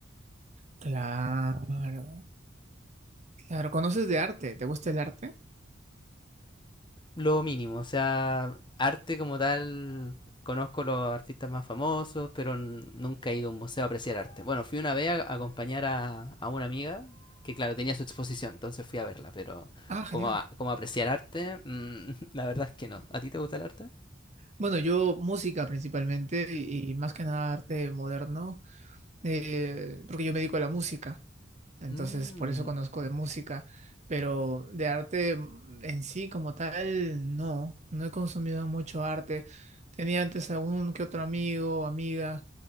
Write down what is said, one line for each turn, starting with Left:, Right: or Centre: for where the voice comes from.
Right: claro, claro. ¿Conoces de arte? ¿Te gusta el arte?
Left: lo mínimo, o sea, arte como tal, conozco los artistas más famosos, pero n- nunca he ido a un museo a apreciar arte. Bueno, fui una vez a, a acompañar a, a una amiga que, claro, tenía su exposición, entonces fui a verla, pero
Right: Ah, genial.
Left: como, a- como apreciar arte, mm, <laughs> la verdad es que no. ¿A ti te gusta el arte?
Right: Bueno, yo música principalmente y, y más que nada arte moderno, eh, porque yo me dedico a la música, entonces
Left: Mm,
Right: por eso conozco de música, pero de arte en sí como tal, no, no he consumido mucho arte. Tenía antes algún que otro amigo, o amiga